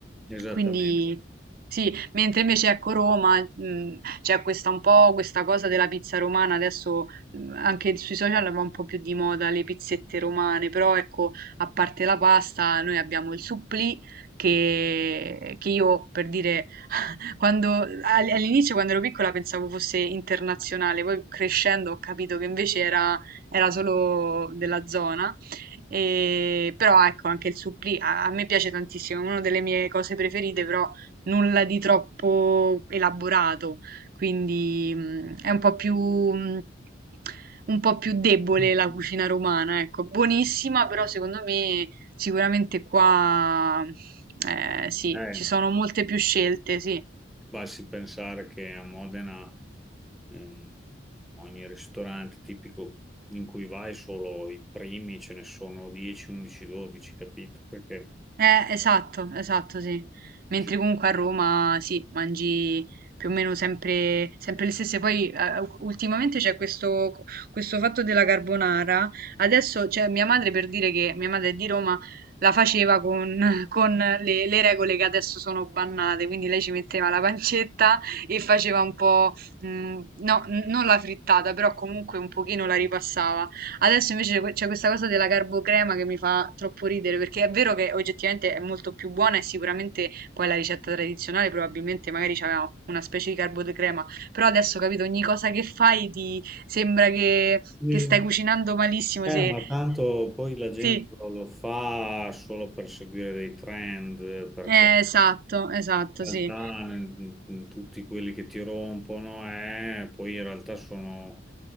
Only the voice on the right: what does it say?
Quindi sì, mentre invece ecco Roma, mh, c'è questa un po' questa cosa della pizza romana, adesso mh, anche sui social va un po' più di moda le pizzette romane, però ecco, a parte la pasta, noi abbiamo il supplì che, che io per dire quando, all- all'inizio, quando ero piccola, pensavo fosse internazionale, poi crescendo ho capito che invece era, era solo della zona. E, però ecco, anche il supplì a, a me piace tantissimo, è una delle mie cose preferite, però nulla di troppo elaborato, quindi mm, è un po' più... mm, Un po' più debole
la cucina romana, ecco, buonissima, però secondo me sicuramente qua eh, sì,
ci sono molte più scelte, sì.
Eh, esatto, esatto, sì. Mentre
comunque a Roma, sì, mangi più o meno sempre, sempre le stesse. Poi eh, u- ultimamente c'è questo, questo fatto della carbonara. Adesso, cioè, mia madre per dire che mia madre è di Roma, la faceva con, <laughs> con le, le regole che adesso sono bannate. Quindi lei ci metteva la pancetta e faceva un po', mh, no, n- non la frittata, però comunque un pochino la ripassava. Adesso invece que- c'è questa cosa della carbocrema che mi fa troppo ridere, perché è vero che oggettivamente è molto più buona e sicuramente poi la ricetta tradizionale probabilmente magari c'aveva una specie di carbocrema, però adesso capito, ogni cosa che fai ti sembra che,
che stai cucinando malissimo,
se...
Sì,
eh, esatto, esatto,
sì,